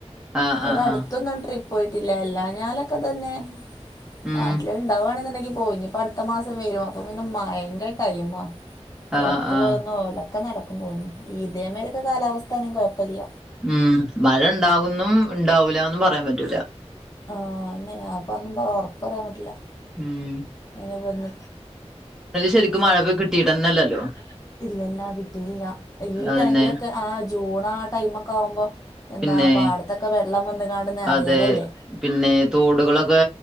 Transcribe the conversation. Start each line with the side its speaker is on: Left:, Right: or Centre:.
Centre: ആഹ്
Left: ഇവടട്ത്തൊന്നും
Centre: ആഹ് ആഹ് ആഹ്
Left: ട്രിപ്പ് പോയിട്ടില്ല. എല്ലാനാലൊക്കെ തന്നെ
Centre: ഉം
Left: നാട്ട്ല്ണ്ടാവാണ്ന്ന്ണ്ടെങ്കി പോയിനി. ഇനിപ്പം അടുത്ത മാസം വരും അപ്പൊ പിന്നെ മഴന്റെ ടൈമാ, പൊറത്ത്
Centre: ആഹ് ആഹ്
Left: പോവലൊന്നും ആവുല ഒക്കെ നടക്കും തോന്ന്ണ്. ഇതേ മായിരൊക്കെ കാലാവസ്ഥ ആണെങ്കിൽ കൊഴപ്പല്ല
Centre: ഹ്മ്മ്, മഴ ഇണ്ടാവുന്നും ഇണ്ടാവുലാന്നും പറയാൻ പറ്റൂല
Left: ആഹ് അതന്നെ അപ്പം അതൊന്നും ഒറപ്പറയാൻ പറ്റില്ല.
Centre: ഹ്മ്മ്
Left: <unintelligible> വന്ന്
Centre: ശരിക്കും
Left: ജൂണില്
Centre: മഴ
Left: ശെരിക്കും
Centre: കിട്ടിയിട്ടന്നല്ലല്ലോ
Left: മഴ കിട്ടി തന്നെ ഇല്ലല്ലോ, ഇല്ലല്ലാ കിട്ടിയില്ല. ഈ
Centre: അതന്നെ
Left: ടൈമിലൊക്കെ ആഹ് ജൂണ ആ ടൈമക്കാവുമ്പോ എന്താ
Centre: പിന്നെ
Left: പാടത്തൊക്കെ വെള്ളം വന്ന്കാണ്ട് നെറയലല്ലേ
Centre: അതെ പിന്നെ തോടുകളൊക്കെ